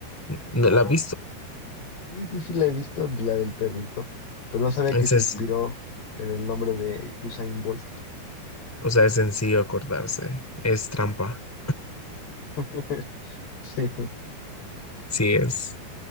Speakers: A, in the centre; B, on the left.
A: ¿No
B: Oh,
A: la has visto?
B: sí, sí, sí, la he visto en la del perrito, pero no sabía
A: Es,
B: que se
A: es-
B: inspiró en el nombre de Usain Bolt.
A: o sea, es sencillo acordarse. Es trampa. <laughs>
B: <laughs> Sí,
A: Sí, es.